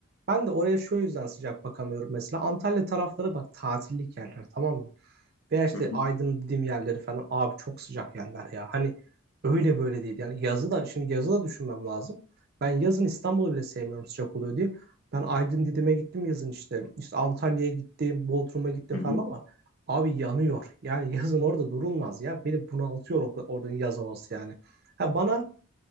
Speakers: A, on the right; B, on the left.
A: ben de oraya şu yüzden sıcak bakamıyorum mesela. Antalya tarafları bak tatillik yerler tamam mı? Veya işte
B: Hı hı,
A: Aydın dediğim yerleri falan abi çok sıcak yerler ya. Hani öyle böyle değil. Yani yazı da şimdi yazı da düşünmem lazım. Ben yazın İstanbul'u bile sevmiyorum sıcak oluyor diye. Ben Aydın Didim'e gittim yazın işte. İşte Antalya'ya gittim, Bodrum'a gittim
B: hı
A: falan
B: hı.
A: ama abi yanıyor. Yani yazın orada durulmaz ya. Beni bunaltıyor or- oranın yaz havası yani. Ha bana